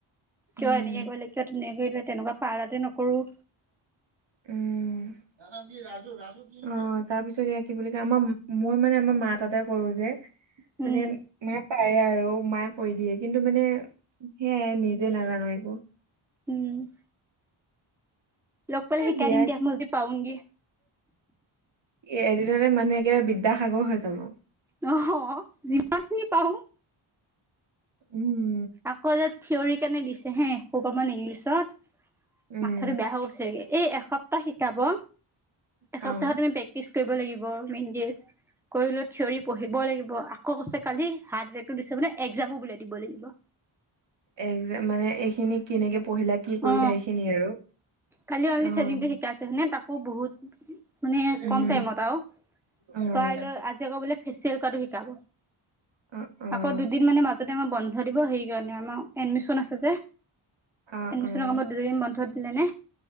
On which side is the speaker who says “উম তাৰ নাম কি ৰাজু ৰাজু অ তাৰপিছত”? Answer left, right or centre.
Right